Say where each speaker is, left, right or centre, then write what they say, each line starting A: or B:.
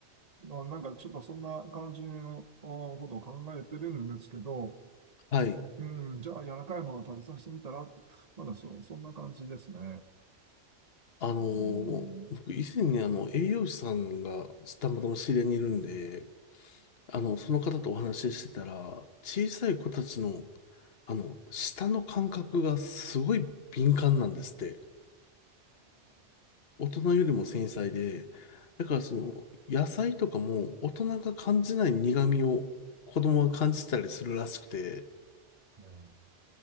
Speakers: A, on the right (about 35°); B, on the left (about 55°).
A: まあなんかちょっとそんな感じのことを考えてるんですけど、
B: はい。
A: うん、じゃあ、柔らかいものを食べさせてみたらって、まだそ、そんな感じですね。
B: あのー僕以前にあの栄養士さんがたまたま知り合いにいるんで、
A: うん、
B: あの、その方とお話ししてたら、小さい子たちの、あの、舌の感覚がすごい敏感なんですって。大人よりも繊細で、だからその、野菜とかも大人が感じない苦味を子供が感じたりするらしくて、
A: うん